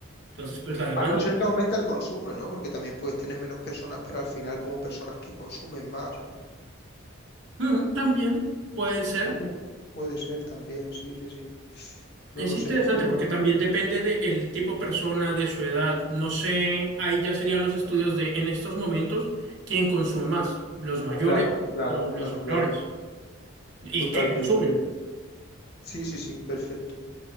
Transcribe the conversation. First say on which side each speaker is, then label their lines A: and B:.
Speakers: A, on the right; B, on the left.
A: Entonces, pues la demanda
B: A no ser que aumente el consumo, ¿no? Porque también puedes tener menos personas, pero al final como personas que consumen más, ¿no?
A: Mm, también puede ser.
B: También puede ser, también, sí, sí, sí. No
A: Es
B: lo sé,
A: interesante
B: pero
A: porque
B: bueno.
A: también depende del tipo de persona, de su edad. No sé, ahí ya serían los estudios de en estos momentos quién consume más, los mayores
B: Claro, claro,
A: o los
B: claro,
A: menores.
B: claro.
A: ¿Y
B: Totalmente.
A: qué consumen?
B: Sí, sí, sí, perfecto.